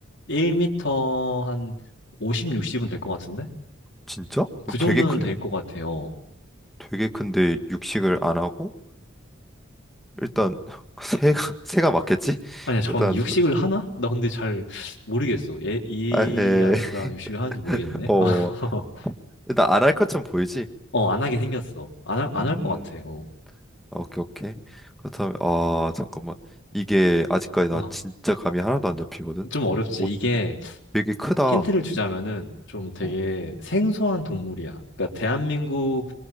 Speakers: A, on the left; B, in the centre.
A: 1미터 한 50, 60은 될 것 같은데?
B: 진짜?
A: 그 정도는
B: 되게 크네.
A: 될 것 같아요.
B: 되게 큰데 육식을 안 하고 일단 <laughs> 새가 새가 맞겠지?
A: 아니야, 잠깐
B: 일단
A: 육식을 하나? 나 근데 잘 모르겠어. 얘, 이
B: 아헤
A: 아이가 육식을 하는지 모르겠네.
B: <laughs> 어
A: <laughs>
B: 일단 안 할 것처럼 보이지?
A: 어, 안 하게 생겼어. 안 할, 안
B: 음,
A: 할 것 같아. 어.
B: 오케이 오케이. 그렇다면 아 잠깐만 이게 아직까지 나
A: 아,
B: 진짜 감이 하나도 안 잡히거든.
A: 좀 어렵지.
B: 오,
A: 이게
B: 되게 크다.
A: 힌트를 주자면은 좀 되게
B: 어,
A: 생소한 동물이야. 그러니까 대한민국